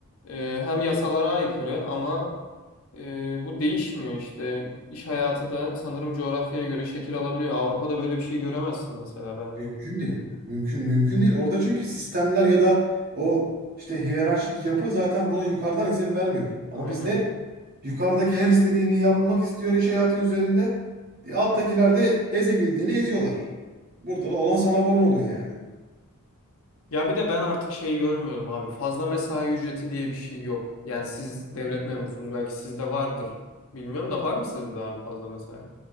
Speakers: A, on the left; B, on the right.
A: E, hem yasalara aykırı ama Ee, bu değişmiyor işte. İş hayatı da sanırım coğrafyaya göre şekil alabiliyor. Avrupa'da böyle bir şey göremezsin mesela bence.
B: Mümkün değil. ya. Mümkün mümkün değil. Orada çünkü sistemler ya da o işte hiyerarşik yapı zaten buna yukarıdan izin vermiyor. Ama
A: Aynen.
B: bizde yukarıdaki her istediğini yapmak istiyor iş hayatı üzerinde. E, alttakiler de ezebildiğini eziyorlar. Burada da olan sana bono oluyor yani.
A: Ya bir de ben artık şey görmüyorum abi. Fazla mesai ücreti diye bir şey yok. Yani siz devlet memurusunuz. Belki sizde vardır. Bilmiyorum da var mı sizde abi fazla mesai?